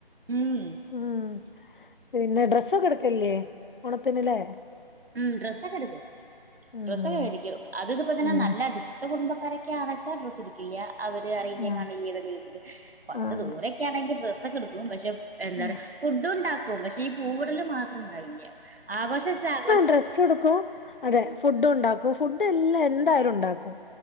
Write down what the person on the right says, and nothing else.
ഉം
ഉം ഡ്രസ്സൊക്കെ എടുക്കും
ഡ്രസ്സൊക്കെ മേടിക്കും അത് ഇത്പ്പോ തന്നെ
നല്ല ടു ൻത്തെ കുടബക്കാരക്കെ ആണച്ചാ ഡ്രസ് എടുക്കില്ല അവര് അറിയില്ലേ
കാണലില്ലേന്നൊക്കെയ്ച്ച്ട്ട് കുറച്ച്
ദൂരൊക്കെയാണെങ്കിൽ ഡ്രസ്സൊക്കെ ഇട്ക്കും. പക്ഷെ എന്താ പറ
ഫുഡും ഉണ്ടാക്കും പക്ഷെ ഈ പൂവിടല് മാത്രം ഉണ്ടാവില്ലേ ആകോശ ഷ